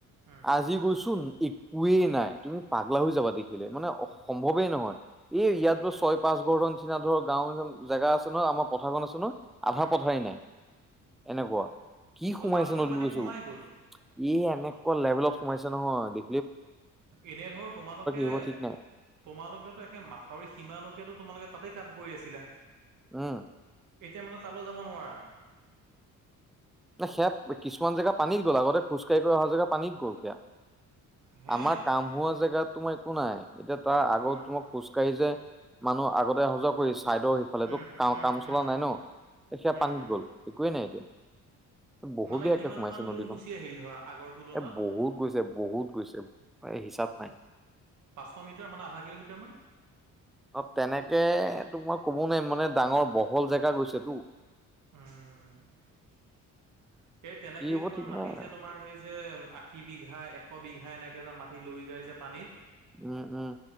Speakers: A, on the right; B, in the centre.
A: উম
B: আজি গৈচোন ই একোৱেই নাই তুমি পাগলা হৈ যাবা দেখিলে মানে সম্ভৱেই নহয় এই ইয়াত ধৰ ছয় পাঁচ ঘৰৰ নিচিনা ধৰ গাওঁ এখন জেগা আছে ন' আমাৰ পথাৰখন আছে ন' আধা
A: উম
B: পথাৰেই নাই। এনেকুৱা কি সোমাইছে
A: অ তালৈকে
B: নদীত
A: পানী
B: গৈছোঁ,
A: সোমাই গ'ল
B: এই এনেকুৱা লেভেলত সোমাইছে নহয় দে
A: এনে ধৰ তোমালোকে
B: হ'ব ঠিক নাই
A: তোমালোকেেতো একে মাথাউৰি সীমালৈকেতো তোমালোকে তাতেই কাম কৰি আছিলা।
B: উম
A: এতিয়া মানে তালৈ যাব নোৱাৰা।
B: ন সেয়া কিছুমান জেগা পানীত গ'ল আগতে খোজকাঢ়ি অহা জেগা পানীত গ'ল সেয়া।
A: হে
B: আমাৰ কাম হোৱা জেগাত তোমাৰ একো নাই। এতিয়া তাৰ আগত
A: অ',
B: তোমাক খোজকাঢ়ি যে মানুহ আগতে সজাগ কৰিছে। চাইদৰ সেইফালেতো
A: উম,
B: ক
A: উম,
B: কাম চলা
A: উম,
B: নাই ন সেয়া
A: উম,
B: পানীত গ'ল। একোৱে নাই এতিয়া। বহুবীয়াকে
A: মানে কিমান
B: সোমাইছে
A: মান
B: নদীখন,
A: দূৰ গুচি আহিল ধৰা আগৰ তুলনাত?
B: এ বহুত গৈছে বহুত গৈছে। এই হিচাপ নাই।
A: পাঁচশ মিটাৰ মানে আধা কিলোমিটাৰ মান?
B: অ তেনেকে তো মই ক'ব নাই মানে ডাঙৰ বহল জেগা গৈছেটো।
A: উম। এই তেনেকেই
B: কি হ'ব
A: তোমাৰ
B: ঠিক
A: মাটি
B: নাই আৰু।
A: যে তোমাৰ সেই যে আশী বিঘা এ এশ বিঘা এনেকৈ যে মাটি লৈ যায় যে পানীত।
B: উম উম